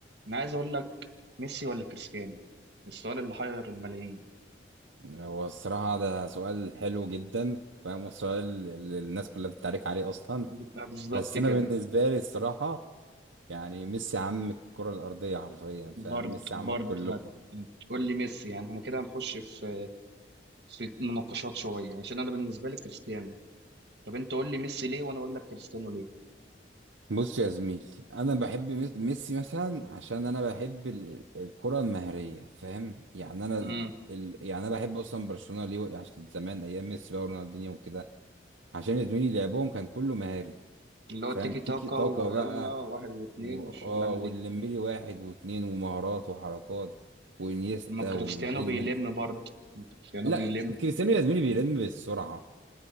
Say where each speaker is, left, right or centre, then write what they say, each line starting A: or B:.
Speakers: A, on the right; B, on the right.
A: انا عايز اقول لك ميسي ولا كريستيانو السؤال اللي حير الملايين
B: هو الصراحة ده سؤال حلو جدا فاهم وسؤال اللي الناس كلها بتتعارك عليه أصلا
A: ب- بالظبط
B: بس
A: كده
B: أنا بالنسبة لي الصراحة يعني ميسي عم الكرة الأرضية حرفيا فاهم
A: برد
B: ميسي عم
A: برد
B: كلكم
A: هت... هتقول لي ميسي يعني احنا كده هنخش في في مناقشات شويه عشان انا بالنسبه لي كريستيانو طب انت قول لي ميسي ليه وانا اقول لك كريستيانو ليه
B: بص يا زميلي أنا بحب ميس- ميسي مثلا عشان أنا بحب ال- الكرة المهرية فاهم يعني أنا
A: امم
B: ال... يعني أنا بحب أصلا برشلونة ليه عشان زمان أيام ميسي بقى ورونالدينيو وكده عشان يا زميلي لعبهم كان كله مهاري
A: اللي هو
B: فاهم
A: التيكي
B: تيكي
A: تاكا
B: تاكا
A: ويلا
B: بقى
A: واحد واثنين
B: و...
A: والشغلانه
B: اه والليمبلي
A: دي
B: واحد واثنين ومهارات وحركات وانيستا
A: طب ما كريستيانو
B: والدنيا
A: بيلم
B: الناس دي.
A: برضه ما كريستيانو
B: لا
A: بيلم
B: كريستيانو يا زميلي بيلم بالسرعه